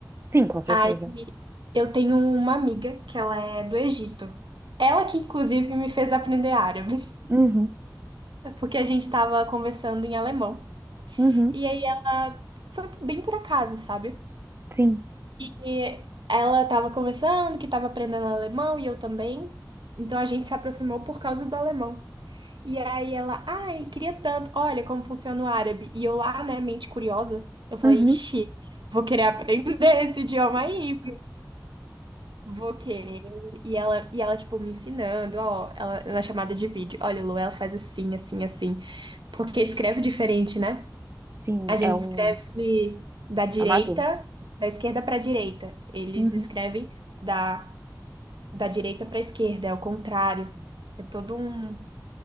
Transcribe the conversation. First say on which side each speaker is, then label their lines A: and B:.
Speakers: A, on the right; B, on the right.
A: Sim, com certeza.
B: Aí eu tenho uma amiga que ela é do Egito. Ela que inclusive me fez aprender árabe,
A: Uhum,
B: <laughs> porque a gente estava conversando em alemão.
A: uhum,
B: E aí ela foi bem por acaso, sabe?
A: sim,
B: E ela estava conversando que estava aprendendo alemão e eu também. Então a gente se aproximou por causa do alemão. E aí ela, ai, queria tanto. Olha como funciona o árabe. E eu lá, né, mente curiosa, eu falei,
A: uhum,
B: ixi, vou querer aprender <laughs> esse idioma aí. Vou querer. E ela, e ela, tipo, me ensinando, ó, ela, na chamada de vídeo. Olha, Lu, ela faz assim, assim, assim. Porque escreve diferente, né?
A: sim,
B: A gente
A: é um,
B: escreve da direita,
A: é uma dúvida.
B: da esquerda pra direita. Eles
A: Uhum.
B: escrevem da, da direita pra esquerda, é o contrário. É todo um,